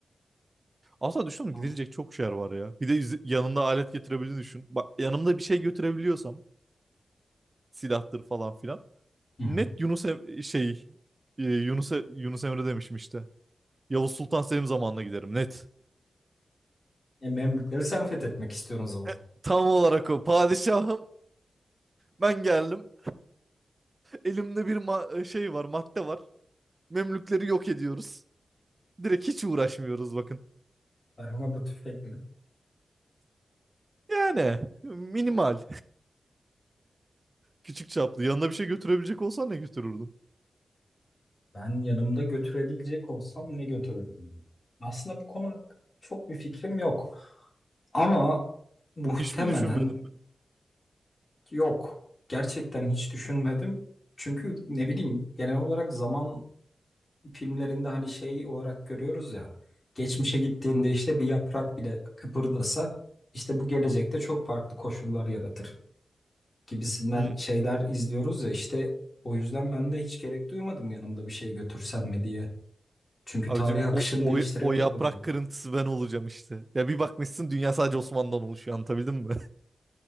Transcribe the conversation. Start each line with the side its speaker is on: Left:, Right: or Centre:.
Right: Aslında düşündüm
Left: Tam.
Right: gidilecek çok şey var ya. Bir de iz- yanında alet getirebildiğini düşün. Bak yanımda bir şey götürebiliyorsam silahtır falan filan.
Left: Hı
Right: Net
Left: hı.
Right: Yunus Em- şey e, Yunus E- Yunus Emre demişim işte. Yavuz Sultan Selim zamanına giderim net.
Left: E, Memlükleri sen fethetmek istiyorsun o zaman.
Right: E, tam olarak o. Padişahım ben geldim. Elimde bir ma- e, şey var, madde var. Memlükleri yok ediyoruz. Direkt hiç uğraşmıyoruz bakın.
Left: Tarhana tüfekle.
Right: Yani minimal. Küçük çaplı. Yanına bir şey götürebilecek olsan ne götürürdün?
Left: Ben yanımda götürebilecek olsam ne götürürdüm? Aslında bu konu hakkında çok bir fikrim yok. Ama muhtemelen
Right: Hiç mi düşünmedim ben?
Left: Yok. Gerçekten hiç düşünmedim. Çünkü ne bileyim genel olarak zaman filmlerinde hani şey olarak görüyoruz ya. Geçmişe gittiğinde işte bir yaprak bile kıpırdasa işte bu gelecekte çok farklı koşullar yaratır gibisinden
Right: Hmm.
Left: şeyler izliyoruz ya işte o yüzden ben de hiç gerek duymadım yanımda bir şey götürsem mi diye. Çünkü
Right: Abicim
Left: tarih akışını
Right: o, o,
Left: değiştirebilir
Right: o yaprak
Left: bu durum.
Right: kırıntısı ben olacağım işte. Ya bir bakmışsın dünya sadece Osmanlı'dan oluşuyor anlatabildim mi?